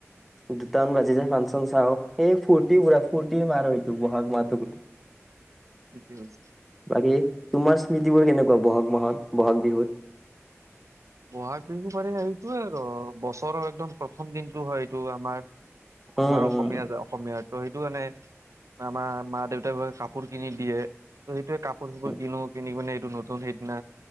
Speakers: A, in the centre; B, on the right.
A: দুটাামান বাজি যায় ফাংচন চাও। এই ফূৰ্তি পুৰা ফূৰ্তি মাহ এইটো বহাগ মাহটো গোটেই।
B: ঠিকেই কৈছে।
A: বাকী তোমাৰ স্মৃতি বোৰ কেনেকুৱা বহাগ মাহত বহাগ বিহুত?
B: বহাগ বিহু পাৰে এইেটোয়ে আৰু বছৰৰ একদম প্ৰথম দিনটো হয় এইটো আমাৰ
A: উম
B: আমাৰ
A: উম
B: অসমীয়া অসমীয়াৰ ত সেইটো মানে আমাৰ মা দেউতাৰ কাপ কাপোৰ কিনি দিয়ে ত সেইটোৱে কাপোৰ চাপোৰ
A: উম
B: কিনো কিনি কিনে এইটো নতু সেইদিনা